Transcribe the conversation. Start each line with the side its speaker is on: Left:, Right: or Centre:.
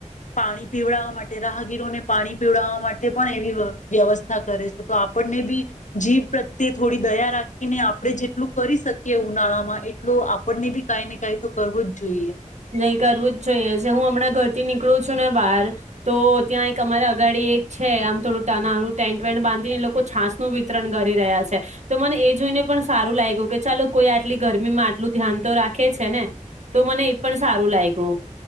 Left: પાણી પીવડાવવા માટે રાહગીરોને પાણી પીવડાવવા માટે પણ એવી વ્યવસ્થા કરે છે તો આપણને બી જીવ પ્રત્યે થોડી દયા રાખીને આપણે જેટલું કરી શકીએ ઉનાળામાં એટલું આપણને બી કાઈ ને કંઈ તો કરવું જ જોઈએ.
Right: નહીં કરવું જ જોઈએ છે હું હમણાં ઘરથી નીકળું છું ને બહાર તો ત્યાં એક અમારે અગાડી એક છે આમ થોડું તા નાનું ટેન્ટ વેન્ટ બાંધીને લોકો છાાસનું વિતરણ કરી રહ્યા છે તો મને એ જોઈને પણ સારું લાગ્યું કે ચાલો કોઈ આટલી ગરમીમાં આટલું ધ્યાન તો રાખે છે ને તો મને પણ સારું લાયગુ.